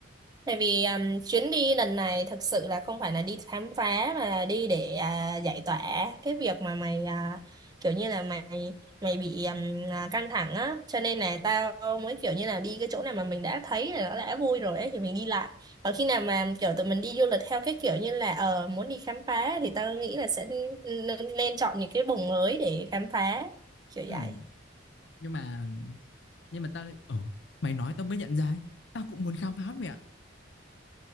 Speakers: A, on the right; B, on the left.
A: Tại vì um, chuyến đi lần này thật sự là không phải là đi khám phá mà đi để à, giải tỏa cái việc mà mày à, kiểu như là mày mày bị um, à, căng thẳng á, cho nên là tao mới kiểu như là đi cái chỗ nào mà mình đã thấy là nó đã vui rồi ấy thì mình đi lại. Còn khi nào mà kiểu tụi mình đi du lịch theo cái kiểu như là ờ muốn đi khám phá thì tao nghĩ là sẽ nên, nên chọn những cái vùng mới để khám phá kiểu
B: Ừ,
A: vậy.
B: nhưng mà nhưng mà tao lại ờ mày nói tao mới nhận ra ấy. Tao cũng muốn khám phá mẹ.